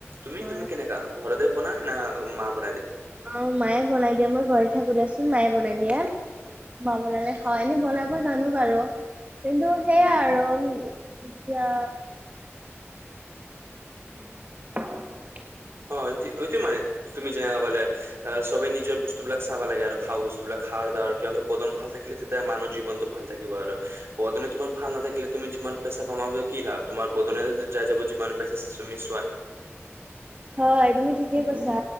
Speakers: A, on the right; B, on the right.
A: তুমি
B: হয়
A: তুমি কেনেকাা ঘৰতে বনাই না মা বনাই দিয়া?
B: অ, ' মায়ে বনাই দিয়া মই ঘৰ থাকো দিয়াচোন মায়ে বনাই দিয়া মা বনালে হয়,
A: অ
B: এনেই বনাব জানো। বাৰু কিন্তু, সেইয়াই আৰু এতিয়া <unintelligible>
A: অতি অতি মানে। তুমি যেনেকুৱা ক'লে সবেই নিজৰ বস্তুবিলাক চাব লাগে আৰু খোৱা বস্তুবিলাক খাৱ দাৱ কিবা বদন ভাল থাকে। তেতিয়া মানুৱ জীৱনতো ভাল থাকিব আৰু বদনে তোমাৰ ভাল নথাকিলে তুমি যিমান পেচা কমাব কি লাভ তোমাৰ? বদন যাই যাব যিমান পাইছে মিছুৱাই
B: <inaudible> হয় তুমি ঠিকেই কৈছা